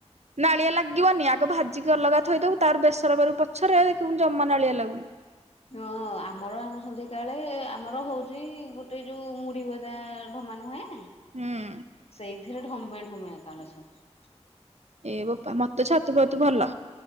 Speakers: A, on the right (about 70°); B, on the left (about 60°).
A: ନାଳିଆ ଲାଗିବନି ଆଗ ଭାଜିକି ଅଲଗା ଥୋଇଦବୁ ତାର ବେସର କରି ପଛରେ ଜମମାନ ନା ଆଳିଆ ଲାଗୁନି
B: ହଁ ଆମର ଆଣୁ ସନ୍ଧ କାଳେ ଆମର ହଉଛି ଗୋଟେ ଯୋଉ ମୁଡିିବ ତାା ନୁହେଁ
A: ହୁଁ
B: ସେଇଥିରେ ଢମେ ଢମେ କାଳ ଛଟ
A: ଏ ବାପା ମତେ ଛାତ ବାତି ଭଲ